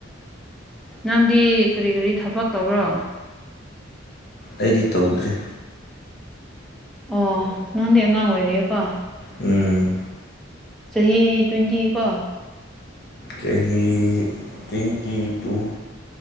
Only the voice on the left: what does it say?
ꯑꯩꯗꯤ ꯇꯧꯗ꯭ꯔꯤ
ꯎꯝ
ꯆꯍꯤ ꯇ꯭ꯋꯦꯟꯇꯤ ꯇꯨ